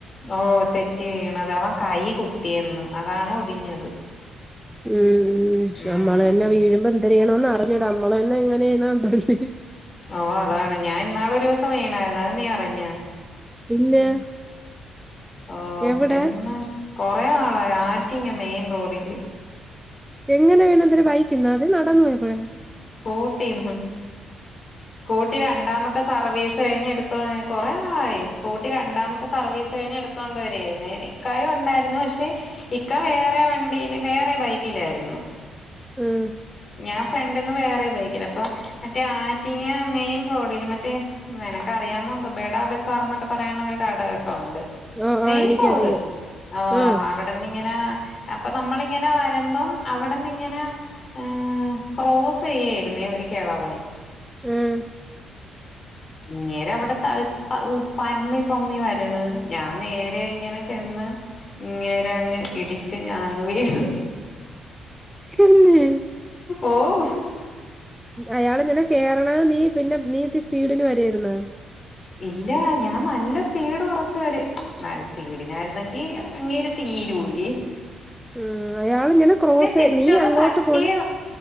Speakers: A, on the left; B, in the centre.
A: ഓഹ് തെറ്റ് വീണത് അവൻ കൈ കുത്തിയെന്ന് അതാണ് ഒടിഞ്ഞത്
B: ഉം ഉം
A: ഉം
B: നമ്മള് തന്നെ വീഴുമമ്പ്പോ എന്തേര് ചെയ്യണന്ന് അറിഞ്ഞൂടാ നമ്മള് തന്നെ എങ്ങനെ <unintelligible>
A: ഓ അതാണ് ഞാൻ ഇന്നാള് ഒരു ദിവസം വീണായിരുന്നു അത് നീ അറിഞ്ഞേ
B: ഇല്ല
A: ഓഹ്
B: എവിടെ
A: എന്ന് കൊറെ നാളായി ആറ്റിങ്ങെ മെയിൻ റോഡില്
B: എങ്ങനെ വീണെന്തും ബൈയിക്കുന്നേ അത് നടന്നു പോയപ്പോഴേ
A: സ്കൂട്ടിന്ന്
B: ഉ <unintelligible>
A: സ്കൂട്ടി രണ്ടാമത്തെ സർവീസ് കഴിഞ്ഞ് എടുത്ത് കുറെേ നാളായി സ്കൂട്ടി രണ്ടാമത്തെ സർവീസ് കഴിഞ്ഞ് എടുത്തോണ്ട് വരായിരുന്നേ ഇക്കായും ഉണ്ടായിരുന്നു പക്ഷെ ഇക്ക വേറെ വണ്ടിയില് വേറെ ബൈക്കിലായിരുന്നു
B: ഉം
A: ഞാൻ ഫ്രണ്ടിന്ന് വേറെ ബൈക്കിൽ അപ്പം മറ്റേ ആറ്റിങ്ങ മെയിൻ റോഡില് മറ്റേ നിനക്കറിയാമോ ദുബയുടെ ബടാബസാർ എന്നൊക്കെ പറയുണ ഒരു കടകൊക്കെ ഉണ്ട്
B: ആഹ്
A: മെയിൻ
B: ആഹ് എനിക്കറിയാം
A: റോഡ് ഓ
B: ആഹ്
A: അവിടെ നിങ്ങനെ അപ്പൊ നമ്മളിങ്ങനെ വരുമ്പം അവിടെന്ന് ഇങ്ങനെ ഏഹ് ക്രോസ് ചെയ്യായിരുന്നേ ഒരു കിളവൻ
B: ഉം
A: ഇങ്ങേര് അവിടെ ത പമ്മി പമ്മി വരണ് ഞാൻ നേരെ ഇങ്ങനെ ചെന്ന് ഇങ്ങേര അങ്ങ് ഇടിച്ച് ഞാനങ്ങ് വിണു
B: തന്നെ
A: ഓഹ്
B: അയാള ഇങ്ങനെ കേറ്ണ് നീ പിന്നെ നീത്തി സ്പീഡില് വരായിരുന്നേ
A: ഇല്ല ഞാൻ നല്ല സ്പീഡ് കുറച്ച് വര നല്ല സ്പീഡിനായിരുന്നെങ്കി അങ്ങേര് തീരൂലി
B: <inaudible> ഉ അയാള് ഇങ്ങനെ ക്രോസ്
A: ജസ്റ്റ്
B: നീ
A: ഒന്ന്
B: അങ്ങോട്ട്
A: തട്ടിയേ
B: പോണ്